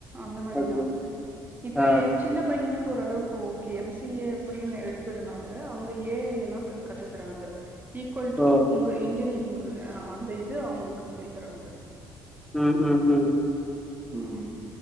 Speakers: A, on the right; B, in the centre.
A: அந்த மாரிதா
B: ஓகே ஓகே ஓகே.
A: இப்ப
B: ஆ
A: எ சின்ன பையனுக்கு இப்ப ஓரளவுக்கு okay M C A அப்டின்னு எடுத்ததுனால அவுங்க ஏ ஐ எல்லா கத்து தராங்க ஈக்குவல் டு
B: ஓ
A: உங்க இன்ஜினிரிங் அந்த இத அவுங்களுக்கு சொல்லி தராங்க
B: உம் உம் உம்
A: ம்